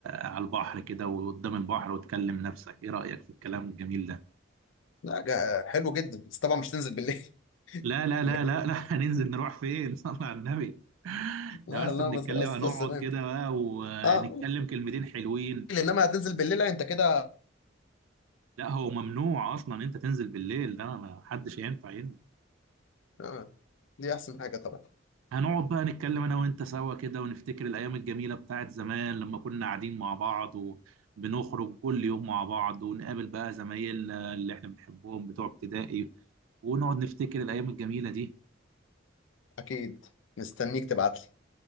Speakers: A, on the right (about 85°); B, on the left (about 70°).
A: على البحر كده وقدام البحر وتكلم نفسك ايه رأيك في الكلام الجميل ده
B: لا جا- حلو جدا بس طبعا مش تنزل بالليل <laughs>
A: لا لا
B: إنك-
A: لا لا لا <laughs> هننزل نروح فين <laughs> صلى على النبي احنا
B: لا
A: بس
B: لا
A: بنتكلم
B: بس قصدي
A: هنقعد
B: السلام
A: كده بقى ونتكلم
B: اه ممكن،
A: كلمتين حلوين
B: انما هتنزل بالليل لا انت كده
A: لا هو ممنوع اصلا انت تنزل بالليل ده ما حدش ينفع ينزل
B: آه. دي احسن حاجه طبعا
A: هنقعد بقى نتكلم انا وانت سوا كده ونفتكر الايام الجميله بتاعت زمان لما كنا قاعدين مع بعض وبنخرج كل يوم مع بعض ونقابل بقى زمايلنا اللي احنا بنحبهم بتوع ابتدائي ونقعد نفتكر الايام الجميله دي
B: اكيد مستنيك تبعت لي